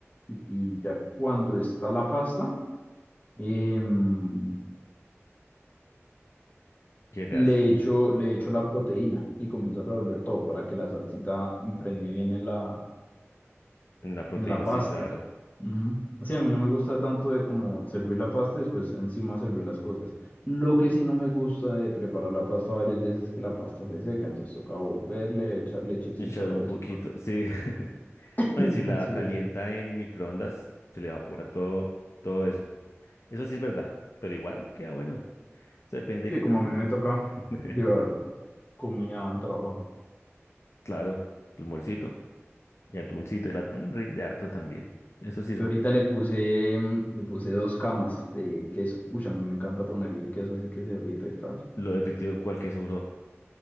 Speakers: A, on the left; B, on the left.
A: y, y ya cuando está la pasta, em,
B: ¿Qué le
A: le
B: hace?
A: echo, le echo la proteína y comienzo a revolver todo para que la salsita impregne bien en la
B: La proteína,
A: en la pasta.
B: sí, claro.
A: Ujú. Sí, a mí no me gusta tanto de como servir la pasta y después encima servir las cosas. Lo que sí no me gusta de preparar la pasta varios días es que la pasta se seca, entonces toca volverle, echar lechecita
B: Echar
A: o
B: un
A: algo
B: poquito,
A: así.
B: sí. <laughs>
A: <laughs>
B: No, y si la
A: Sí,
B: calienta
A: es.
B: en microondas, se le evapora todo, todo eso. Eso sí es verdad, pero igual queda bueno. Eso depende de
A: Sí,
B: qué
A: como
B: tan,
A: a mí me toca
B: <laughs>
A: llevar comida al trabajo.
B: claro, el morcito y atuncito. El atún rinde harto también. Eso sí es
A: Yo
B: bueno.
A: ahorita le puse, mm, le puse dos camas de queso. Uy, a mí me encanta ponerle el queso así que se derrita y tal.
B: Lo derritido, cual que se usó.